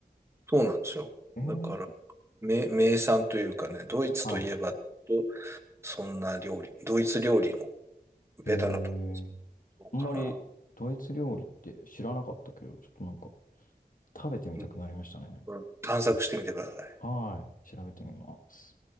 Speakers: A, on the right; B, on the left.
A: そうなんですよ。
B: ええ、
A: だから、名、名産というかね、ドイツといえば、
B: はい。
A: どそんな料理、ドイツ料理の
B: へえ、
A: ベタなところかな。
B: あんまりドイツ料理って知らなかったけど、ちょっとなんか食べてみたくなりましたね。
A: うんこれ探索してみてください。
B: はい。調べてみます。